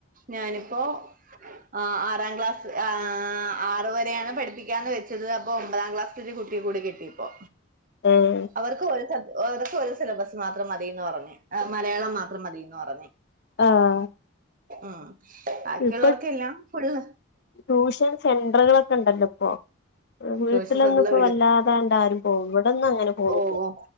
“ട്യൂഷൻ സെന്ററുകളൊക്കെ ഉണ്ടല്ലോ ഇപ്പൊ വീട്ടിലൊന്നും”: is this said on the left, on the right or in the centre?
Left